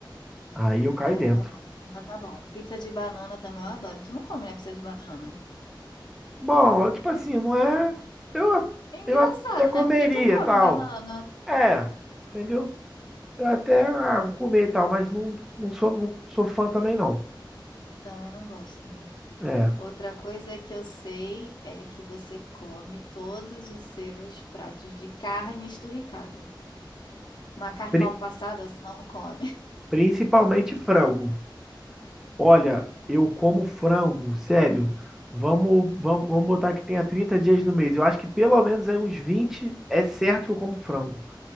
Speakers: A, in the centre; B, on the left.
A: Aí eu caio
B: Ai,
A: dentro.
B: eu também. Já tá bom. Pizza de banana também eu adoro. Tu não come, né, pizza de banana?
A: Bom, eu, tipo assim, não é. Eu,
B: É engraçado,
A: eu até comeria
B: né? Porque tu come
A: e tal.
B: banana.
A: É, entendeu? Eu até, ah, vou comer e tal, mas não, não sou, não sou fã também, não.
B: Também não gosto, né?
A: É.
B: Outra coisa que eu sei é que você come todos os seus pratos de carne esturricada. Uma carne
A: Pri-
B: mal passada você não come. <laughs>
A: principalmente frango. Olha, eu como frango, sério. Vamos, vamos, vamos botar que tenha 30 dias no mês. Eu acho que pelo menos aí uns 20 é certo que eu como frango.